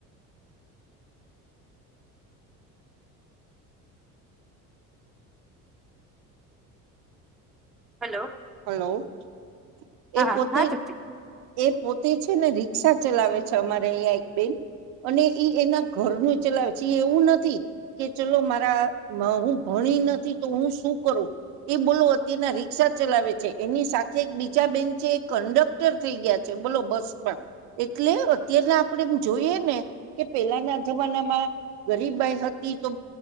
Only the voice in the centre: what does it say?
હલો
હા
હા તૃપ્તિ